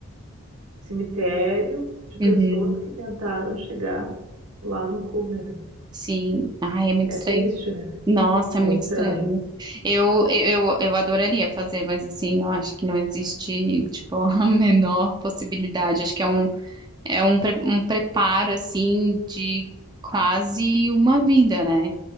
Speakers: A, on the right; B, on the right.
A: cemitério de pessoas
B: Uhum.
A: que tentaram chegar lá no cume, né?
B: Sim. Ai, é muito
A: É
B: estranho.
A: triste, né?
B: Nossa, é
A: É
B: muito
A: estranho.
B: estranho. Eu, eu, eu adoraria fazer, mas assim, eu acho que não existe, tipo, <laughs> a menor possibilidade. Acho que é um, é um, pre- um preparo, assim, de quase uma vida, né?